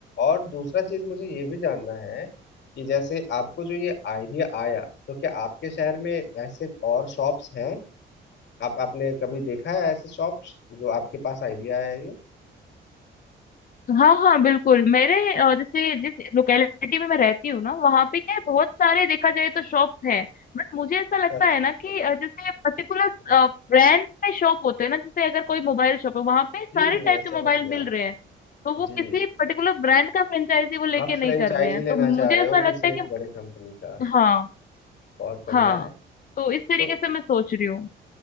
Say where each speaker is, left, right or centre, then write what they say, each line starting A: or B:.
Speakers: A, on the left; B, on the left.
A: और दूसरा चीज मुझे ये भी जानना है कि जैसे आपको जो ये आइडिया आया तो क्या आपके शहर में ऐसे और शॉप्स हैं आप आपने कभी देखा है ऐसे शॉप्स जो आपके पास आइडिया आया है ये
B: हाँ हाँ बिल्कुल मेरे अ, जैसे जिस लोकेलिटी में मैं रहती हूँ ना वहाँ पे क्या है, बहुत सारे देखा जाए तो शॉप्स हैं बट मुझे ऐसा लगता
A: अच्छा
B: है
A: अच्छा
B: ना कि
A: हाँ,
B: अ, जैसे पर्टिकुलर
A: बढ़िया।
B: ब्रांड में शॉप होते हैं ना जैसे अगर कोई मोबाइल शॉप है वहाँ पे सारे
A: जी जी
B: टाइप
A: मैं समझ
B: के मोबाइल
A: गया
B: मिल रहे हैं तो वो
A: जी
B: किसी पर्टिकुलर ब्रांड का फ्रेंचाइजी वो लेके
A: आप
B: नहीं
A: फ्रेंचाइजी
B: कर रहे हैं
A: लेना
B: तो
A: चाह
B: मुझे
A: रहे
B: ऐसा
A: हो किसी
B: लगता है
A: एक
B: कि
A: बड़े कंपनी का
B: हाँ
A: बहुत बढ़िया
B: हाँ
A: है
B: तो इस तरीके
A: तो
B: से मैं सोच रही हूँ